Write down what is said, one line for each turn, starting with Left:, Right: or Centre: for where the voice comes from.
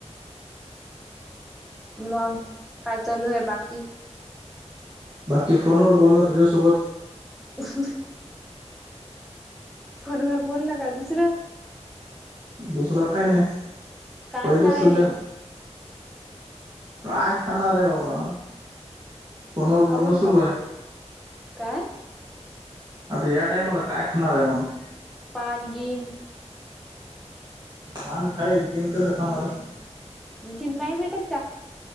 Centre: मग का चालू आहे बाकी.
Right: बाकी फोनवर बोल ना तुझ्यासोबत.
Centre: ह <unintelligible> फोनवर बोलला का दुसरं.
Right: दुसरं काही नाही
Centre: काय
Right: पहिलेच
Centre: खायली
Right: सध्या. प्रय खान र आहे बाबा फोनवर
Centre: काऊन
Right: बोलणं सुरू
Centre: बा्पा
Right: आहे
Centre: काय
Right: आता या टाइमाला काय खाणार आहे माणूस
Centre: पाातगन
Right: पान खाईल गेन कसं खाणार आहे
Centre: गिन नाही भेटत का